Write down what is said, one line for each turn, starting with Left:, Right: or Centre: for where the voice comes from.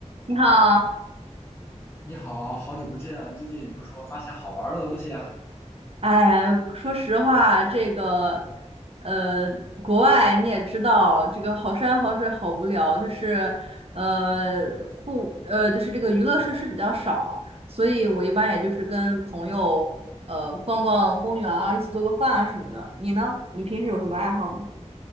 Right: 你好，
Left: 你好，好久不见，最近有没有说发现好玩儿的东西啊？
Right: 哎呀，说实话，这个，呃，国外你也知道，这个好山好水好无聊，就是，呃，户，呃，就是这个娱乐设施比较少，所以我一般也就是跟朋友，呃，逛逛公园啊，一起做个饭啊什么的。你呢？你平时有什么爱好吗？